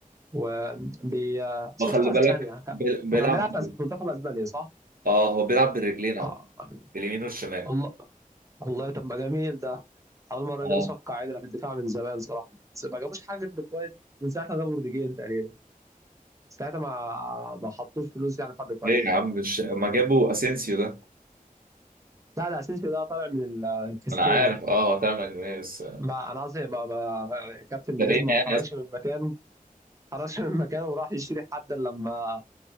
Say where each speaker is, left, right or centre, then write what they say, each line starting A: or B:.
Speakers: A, on the right; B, on the right.
A: وبي شوف
B: ما خلي
A: صوت اسبانيا
B: بالك
A: ك-
B: بيل- بيلعب
A: هو كان بيلعب في أس- في منتخب اسبانيا صح؟
B: اه هو بيلعب بالرجلين اه
A: آه.
B: باليمين والشمال
A: والله والله طب ما جميل ده اول مره
B: اه
A: جابوا صفقه عادله في الدفاع من زمان صراحه بس ما جابوش حاجه جد كويس من ساعه ما جابوا روديجير تقريبا ساعتها ما ما حطوش فلوس يعني في حد كويس
B: ليه يا عم مش ما جابوا اسينسيو ده
A: لا لا اسينسيو ده طالع من الكاستيا
B: ما انا عارف اه هو فعلا يعني، بس
A: ما انا قصدي ما, ما يعني كابتن
B: ترينا
A: بيريز ما
B: يعني
A: اتحركش من مكانه ما اتحركش من مكانه وراح يشتري حد إلا لما